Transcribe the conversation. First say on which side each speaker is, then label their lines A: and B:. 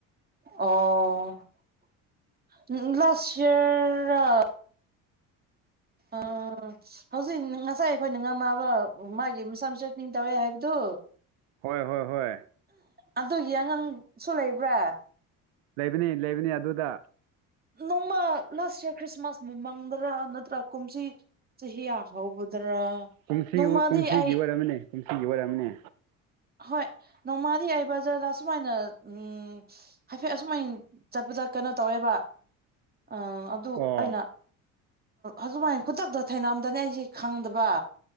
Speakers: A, on the right; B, on the right.
A: ꯑꯣ ꯂꯥꯁ ꯏꯌ‌ꯦꯔꯂꯥ <unintelligible> ꯑꯥ ꯍꯧꯖꯤꯛ ꯉꯁꯥꯏ ꯑꯩꯈꯣꯏꯅ ꯉꯝꯃꯕ ꯃꯥꯒꯤ ꯃꯆꯥꯥ ꯃꯁꯥꯅꯤꯡ <unintelligible> ꯇꯧꯋꯦ ꯍꯥꯏꯕꯗꯨ
B: ꯍꯣꯏ ꯍꯣꯏ ꯍꯣꯏ
A: ꯑꯗꯨꯒꯤ ꯑꯉꯥꯡꯁꯨ ꯂꯩꯕ꯭ꯔꯥ
B: ꯂꯩꯕꯅ‌ꯦ ꯂꯩꯕꯅꯤ ꯑꯗꯨꯗ
A: ꯅꯣꯡꯃ ꯂꯥꯁꯏꯌ‌ꯔ ꯈ꯭ꯔꯤꯁꯃꯥꯁ ꯃꯃꯥꯡꯗꯔꯥ ꯅꯠꯇ꯭ꯔꯥ ꯀꯨꯝꯁꯤ ꯆꯁꯤꯑ ꯍꯧꯕꯗꯔꯥ
B: ꯀꯨꯝꯁꯤ
A: ꯅꯣꯡꯃꯗꯤ
B: ꯀꯨꯝꯁꯤꯒꯤ
A: ꯑꯩ
B: ꯑꯣꯏꯔꯝꯃꯅꯤ ꯀꯨꯝꯁꯤꯒꯤ ꯑꯣꯏꯔꯝꯃꯅꯦ
A: ꯍꯣꯏ ꯅꯣꯡꯃꯥꯗꯤ ꯑꯩ ꯕꯖꯔꯗ ꯑꯁꯨꯃꯥꯏꯅ ꯎꯝ ꯍꯥꯏꯐꯦꯠ ꯑꯁꯨꯃꯥꯏꯟ ꯆꯠꯄꯗ ꯀꯩꯅꯣ ꯇꯧꯋꯦꯕ ꯑꯥ‌ ꯑꯗꯨ
B: ꯑꯣ
A: ꯑꯩꯅ ꯑꯗꯨꯃꯥꯏ ꯈꯨꯗꯛꯇ ꯊꯥꯏꯅꯝꯗꯅꯦ ꯑꯩꯁꯦ ꯈꯪꯗꯕ